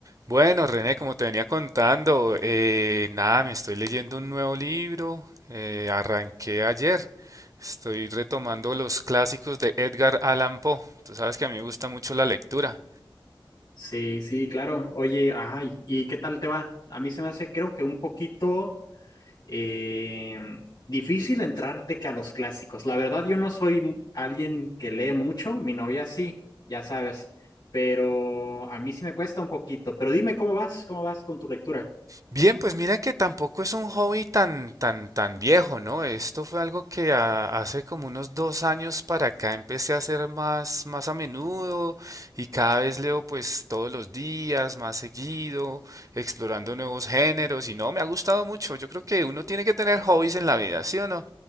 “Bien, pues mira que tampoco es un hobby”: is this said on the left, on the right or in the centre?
Right